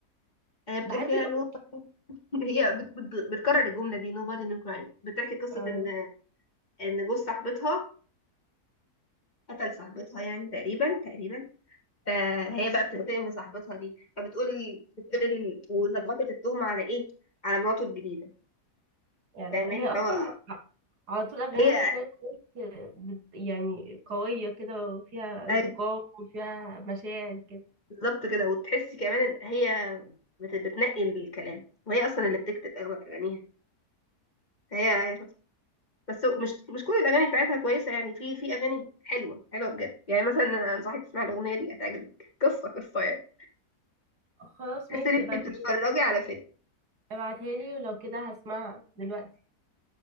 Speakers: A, on the left; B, on the right.
A: هي بتقول
B: بحب
A: فيها
B: الأغنية
A: نو <laughs> هي بت... بت... بتكرر الجملة دي nobody no crime بتحكي قصة
B: آه.
A: إن إن جوز صاحبتها قتل صاحبتها يعني تقريبا تقريبا فهي بقى بتنتقم لصاحبتها دي فبتقول بتقول إن- وظبطت التهمة على إيه؟ على مراته الجديدة
B: يعني
A: فاهماني
B: ده- هي اصلا
A: فهو
B: على طول اغاني
A: هي
B: تايلور سويفت بت- يعني قويه كده وفيها انتقام
A: أيوة،
B: وفيها مشاعر كده
A: بالظبط كده وتحسي كمان إن هي بت... بتنقي الكلام وهي أصلا اللي بتكتب أغلب أغانيها فهي بس هو- مش مش كل الاغاني بتاعتها كويسه يعني في في اغاني حلوه حلوه بجد يعني مثلا انا انصحك تسمعي الاغنيه دي هتعجبك قصه قصه يعني
B: خلاص
A: تحسي
B: ماشي
A: ان
B: ابعتها
A: انت بتتفرجي
B: لي
A: على فيلم
B: ابعتها لي ولو كده هسمعها دلوقتي